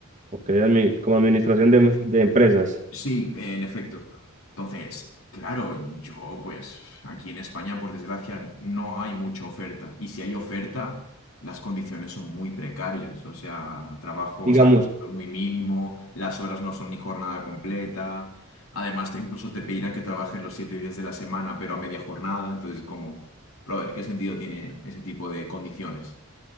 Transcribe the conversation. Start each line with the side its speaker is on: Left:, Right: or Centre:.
Right: Ok, admi- como administración de, de empresas.
Left: Sí, en efecto. Entonces, claro, yo pues aquí en España, por desgracia, no hay mucha oferta. Y si hay oferta, las condiciones son muy precarias. O sea, trabajo,
Right: Digamos,
Left: o sea, muy mínimo, las horas no son ni jornada completa. Además, te- incluso te pedirán que trabajes los siete días de la semana, pero a media jornada. Entonces, como, brother, ¿qué sentido tiene ese tipo de condiciones?